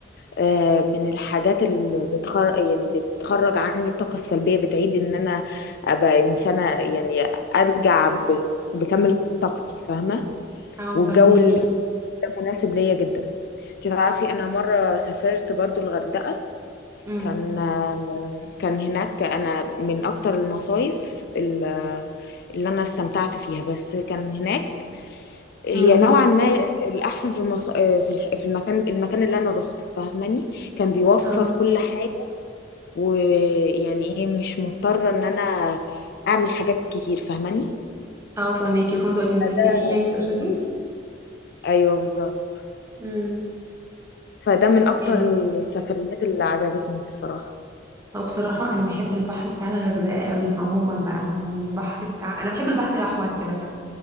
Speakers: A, on the left (about 60°); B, on the right (about 15°).
A: آه، من الحاجات اللي بتخرج يعني بتخرج عني الطاقة السلبية بتعيد ان انا ابقى انسانه يعني ارجع ب- بكامل طاقتي فاهمه
B: اه
A: والجو
B: فهماكي
A: اللي ده مناسب ليا جدا انت تعرفي انا مره سافرت برضو الغردقه
B: امم
A: كان كان هناك انا من اكتر المصايف ال- اللي انا استمتعت فيها بس كان هناك هي
B: امم
A: نوعا ما الاحسن في المص... في الح- في المكان المكان اللي انا روحته فاهماني كان بيوفر
B: اه
A: كل حاجه ويعني ايه مش مضطره ان انا اعمل حاجات كتير فاهماني
B: اه فهماكي الفندق اللي نزلتي
A: ده-
B: فيه يعني تقصدي
A: ايوه بالظبط
B: امم
A: فده من اكتر
B: ايوه
A: السفريات اللي عجبتني الصراحه
B: هو بصراحه انا بحب البحر بتاع الغردقه قوي عموما بقى يعني البحر بتاع انا بحب البحر الاحمر كده